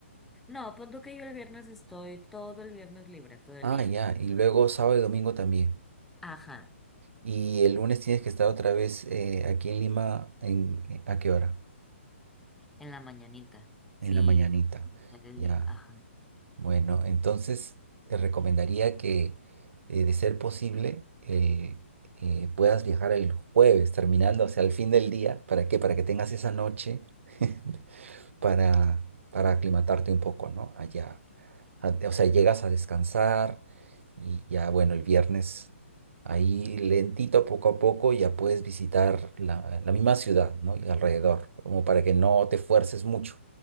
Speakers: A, in the centre; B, on the right (about 65°).
A: No, punto que yo el viernes estoy todo el viernes libre, todo el
B: Ah,
A: día.
B: ya, y luego sábado y domingo también.
A: Ajá,
B: Y el lunes tienes que estar otra vez eh, aquí en Lima, en, eh, ¿a qué hora?
A: en la mañanita, sí,
B: En la mañanita.
A: todo el
B: Ya,
A: día, ajá.
B: bueno, entonces te recomendaría que, eh, de ser posible, el, eh, puedas viajar el jueves, terminando, o sea, al fin del día. ¿Para qué? Para que tengas esa noche <laughs> para, para aclimatarte un poco, ¿no? Allá. A- O sea, llegas a descansar y ya, bueno, el viernes ahí lentito, poco a poco, ya puedes visitar la, la misma ciudad, ¿no? Y alrededor, como para que no te fuerces mucho.